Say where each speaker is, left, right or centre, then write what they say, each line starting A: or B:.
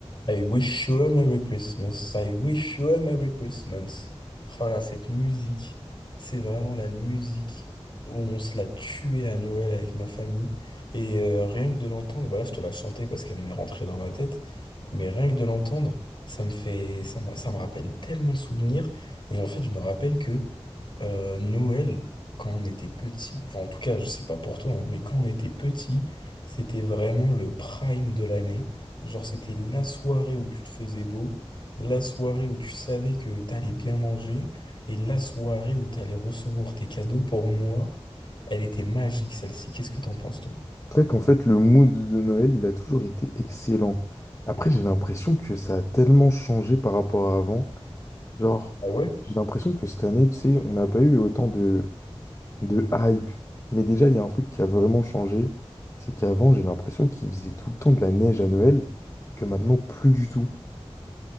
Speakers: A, on the left; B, on the left.
A: I wish you a Merry Christmas, I wish you a Merry Christmas. Oh là, cette musique, c'est vraiment la musique où on se l'a tuée à Noël avec ma famille. Et euh, rien que de l'entendre, bah là je te la chantais parce qu'elle m'est rentrée dans ma tête, mais rien que de l'entendre, ça me fait, ça me, ça me rappelle tellement de souvenirs. Et en fait, je me rappelle que euh, Noël, quand on était petit, enfin en tout cas, je sais pas pour toi, hein, mais quand on était petit, c'était vraiment le prime de l'année. Genre, c'était la soirée où tu te faisais beau, la soirée où tu savais que t'allais bien manger, et la soirée où t'allais recevoir tes cadeaux. Pour moi, elle était magique, celle-ci. Qu'est-ce que t'en penses, toi?
B: C'est vrai qu'en fait, le mood de Noël, il a toujours été excellent. Après, j'ai l'impression que ça a tellement changé par rapport à avant. Genre,
A: Ah ouais?
B: j'ai l'impression que cette année, tu sais, on n'a pas eu autant de, de hype. Mais déjà, il y a un truc qui a vraiment changé. C'est qu'avant, j'ai l'impression qu'il faisait tout le temps de la neige à Noël et que maintenant, plus du tout.